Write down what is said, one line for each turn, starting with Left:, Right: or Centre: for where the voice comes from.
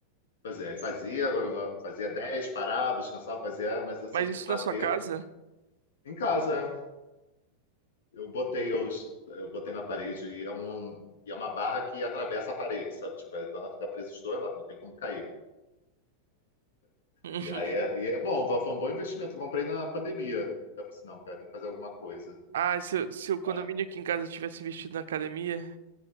Left: Pois é, fazia, fazia 10 parava, descansava, fazia, mas eu sempre
Right: mas isso
Left: bater
Right: na sua casa?
Left: em casa. né? Eu botei, eu, eu botei na parede e é um, um, e é uma barra que atravessa a parede, sabe? Tipo, então ela fica presa dos dois lados, não tem como cair.
Right: Uhum.
Left: E aí é, e é bom, foi um bom investimento. Eu comprei na pandemia. Eu falei assim, não, cara, tem que fazer alguma coisa.
Right: Ah, se, eu- se o condomínio
Left: É.
Right: aqui em casa tivesse investido na academia,